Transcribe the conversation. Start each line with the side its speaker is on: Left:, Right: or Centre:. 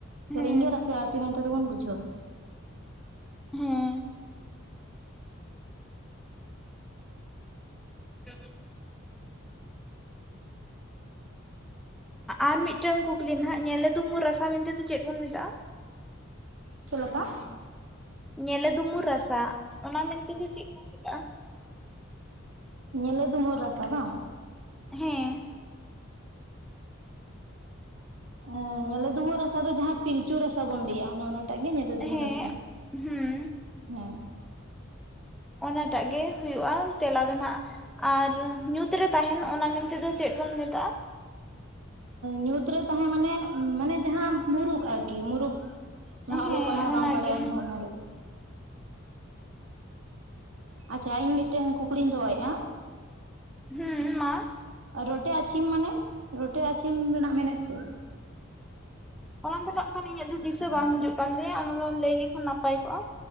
Right: ᱥᱮᱨᱮᱧ
Centre: ᱦᱮᱸ
Right: ᱜᱮ ᱨᱟᱥ ᱟᱲᱛᱤ ᱛᱮ ᱢᱮᱱᱛᱮ ᱵᱚᱱ ᱵᱩᱡᱷᱟᱹᱣᱟ᱾
Centre: ᱦᱮᱸ, <unintelligible> ᱟᱨ ᱢᱤᱫᱴᱟᱝ ᱠᱩᱠᱞᱤ ᱱᱟᱜ ᱧᱮᱞ ᱟᱫᱢᱩᱨ ᱨᱟᱥᱟ ᱢᱮᱱᱛᱮ ᱫᱚ ᱪᱮᱫ ᱵᱚᱱ ᱢᱮᱛᱟᱜ-ᱟ?
Right: ᱪᱮᱫ ᱞᱮᱠᱟ,
Centre: ᱧᱮᱞᱮ ᱫᱩᱢᱩᱨ ᱨᱟᱥᱟ ᱚᱱᱟ ᱢᱮᱱᱛᱮ ᱫᱚ ᱪᱮᱫ ᱵᱚᱱ ᱢᱮᱛᱟᱜᱼᱟ?
Right: ᱧᱮᱞ ᱫᱩᱢᱩᱨ ᱨᱟᱥᱟ ᱵᱟᱝ?
Centre: ᱦᱮᱸ᱾
Right: ᱟ ᱧᱮᱞᱮ ᱰᱩᱢᱩᱨ ᱨᱟᱥᱟ ᱫᱚ ᱡᱟᱦᱟᱸ ᱯᱤᱞᱪᱩ ᱨᱟᱥᱟ ᱵᱩᱱ ᱞᱟᱹᱭᱟ ᱚᱱᱟ ᱚᱱᱟᱴᱟᱜ ᱜᱮ ᱧᱮᱞᱮ ᱰᱩᱢᱩᱨ
Centre: ᱦᱮᱸ
Right: ᱨᱟᱥᱟ᱾
Centre: ᱦᱩᱸ
Right: ᱦᱮᱸ᱾
Centre: ᱚᱱᱟᱴᱟᱜ ᱜᱮ ᱦᱩᱭᱩᱜᱼᱟ ᱛᱮᱞᱟ ᱫᱚ ᱱᱟᱜ᱾ ᱟᱨ ᱧᱩᱸᱛ ᱨᱮ ᱛᱟᱦᱮᱸᱱ ᱚᱱᱟ ᱢᱮᱱᱛᱮ ᱫᱚ ᱪᱮᱫ ᱵᱚᱱ ᱢᱮᱛᱟᱜᱼᱟ?
Right: ᱧᱩᱸᱛ ᱨᱮ ᱛᱟᱦᱮᱸ ᱢᱟᱱᱮ ᱢᱟᱱᱮ ᱡᱟᱦᱟᱸ ᱢᱩᱨᱩᱠ ᱟᱨᱠᱤ ᱢᱩᱨᱩᱠ᱾ ᱡᱟᱦᱟᱸ
Centre: ᱦᱮᱸ
Right: ᱚᱞᱚᱜ ᱯᱟᱲᱦᱟᱜ
Centre: ᱚᱱᱟᱜᱮ
Right: ᱵᱟᱝ ᱵᱟᱲᱟᱭᱟᱱ ᱦᱚᱲ ᱢᱩᱨᱩᱠ᱾ ᱟᱪᱷᱟ ᱤᱧ ᱢᱤᱫᱴᱮᱝ ᱠᱩᱠᱞᱤᱧ ᱫᱚᱦᱚᱭᱮᱫᱼᱟ?
Centre: ᱦᱩᱸ ᱢᱟ᱾
Right: ᱨᱚᱴᱮ ᱟᱪᱷᱤᱢ ᱢᱟᱱᱮ ᱨᱚᱴᱮ ᱟᱪᱷᱤᱢ ᱨᱮᱱᱟᱜ ᱢᱮᱱᱮᱫ ᱪᱮᱫ?
Centre: ᱚᱱᱟ ᱫᱚ ᱱᱟᱜᱠᱷᱟᱱ ᱤᱧᱟᱹᱜ ᱫᱚ ᱫᱤᱥᱟᱹ ᱵᱟᱝ ᱦᱤᱡᱩᱜ ᱠᱟᱱ ᱛᱤᱧᱟ, ᱚᱱᱟ ᱫᱚᱢ ᱞᱟᱹᱭ ᱞᱮᱠᱷᱟᱱ ᱱᱟᱯᱟᱭ ᱠᱚᱜᱼᱟ᱾